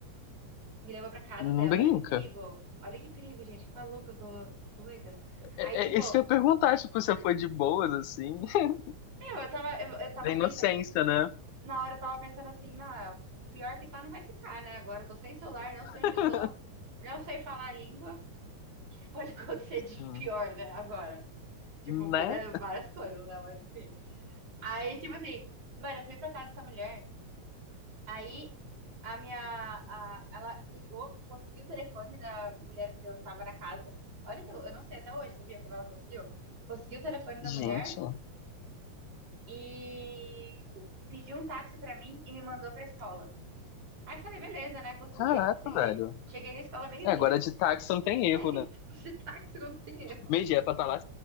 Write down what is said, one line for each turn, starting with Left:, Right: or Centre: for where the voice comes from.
Right: Me levou pra casa
Left: Não
Right: dela.
Left: brinca.
Right: Olha que perigo. Olha que perigo, gente. Que maluca, que eu- doida.
Left: É,
Right: Aí, tipo,
Left: é, isso que eu ia perguntar, tipo, você foi de boas, assim, <laughs>
Right: meu, eu tava, eu, eu tava
Left: da inocência,
Right: pensando.
Left: né?
Right: Na hora eu tava pensando assim, não, é, pior que tá, não vai ficar, né? Agora eu tô sem celular, não sei
Left: <laughs>
Right: onde eu tô, não sei falar a língua. pode <laughs> acontecer
Left: Sim.
Right: de pior, né? Agora. Tipo,
Left: Né?
Right: pode dar várias coisas, né? Mas enfim. Aí, tipo assim, mano, eu fui pra casa dessa mulher. Aí a minha. a- ela ligou, conseguiu o telefone da mulher que eu tava na casa. Olha que eu, eu não sei até hoje, sabia como ela conseguiu? Conseguiu o telefone da
Left: Gente,
Right: mulher e pediu um táxi pra mim e me mandou pra escola. Aí eu falei, beleza, né? Consegui,
Left: caraca,
Right: consegui.
Left: velho.
Right: Cheguei na escola meio-dia.
Left: É, agora de táxi não tem
Right: <laughs>
Left: erro, né?
Right: Esse táxi não tem erro.
Left: Meio-dia é pra estar lá.